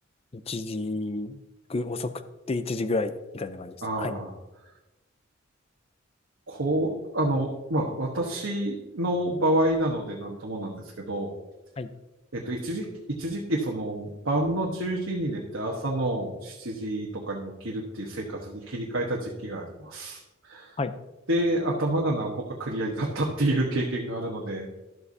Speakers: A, on the left; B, on the right.
A: 1時ぐ、遅くて1時ぐらい、みたいな感じです。
B: ああ、
A: はい。
B: こう、あの、まあ、私の場合なのでなんともなんですけど、
A: はい。
B: えっと、一時期、一時期、その、晩の10時に寝て朝の7時とかに起きるっていう生活に切り替えた時期があります。
A: はい。
B: で、頭がなんぼかクリアになったっていう経験があるので、